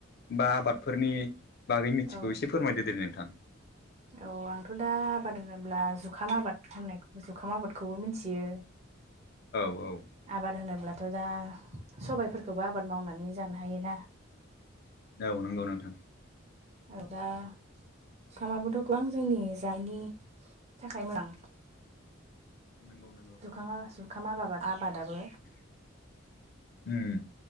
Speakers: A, on the left; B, on the right.
A: बा आबादफोरनि बागै मिथिगौ
B: औ
A: एसे फो फोरमायदो दे नोंथां।
B: औ आंथ' दा आबाद होनोब्ला जुखाम आबाद होननायखौ जुखाम आबादखौबो मोनथियो।
A: औ औ
B: आबाद होनोब्लाथ' दा सबायफोरखौबो आबाद मावनानै जानो हायोना।
A: औ नंगौ नोंथां।
B: औ दा जुखामाबोथ' गोबां जोंनि जायनि थाखाय मोजां।
A: नंगौ नंगौ।
B: जुखांया जुखाम आबाबाद आबादाबो।
A: उम